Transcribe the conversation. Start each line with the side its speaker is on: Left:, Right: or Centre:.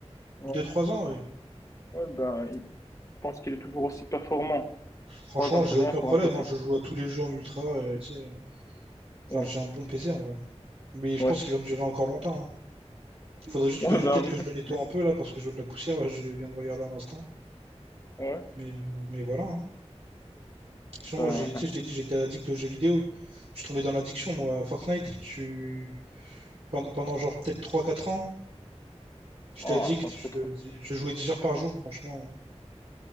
Left: Ouais,
Right: Deux, trois ans, et
Left: ouais ben, il- je pense qu'il est toujours aussi performant.
Right: franchement,
Left: Trois ans, c'est
Right: j'ai
Left: rien
Right: aucun
Left: pour
Right: problème.
Left: un PC.
Right: hein, Je joue à tous les jeux en ultra, et, tu sais, hein.
Left: Ouais,
Right: enfin, j'ai un bon PC en vrai. Mais je
Left: ouais.
Right: pense qu'il va me durer encore longtemps. hein. Faudrait juste
Left: Ouais,
Right: que je...
Left: ben,
Right: peut-être que je le
Left: <laughs>
Right: nettoie un peu là, parce que je vois de la poussière, là, je viens de regarder à l'instant.
Left: ouais,
Right: Mais, euh, mais voilà. hein. Sinon,
Left: ben,
Right: moi, j'ai, tu sais, je t'ai dit, j'étais addict aux jeux vidéo. Je suis tombé dans l'addiction, moi, à Fortnite. Tu... Pendant, pendant genre peut-être trois quatre ans, J'étais
Left: ah,
Right: addict,
Left: donc
Right: je,
Left: c'est trop.
Right: je jouais 10 heures par jour, franchement.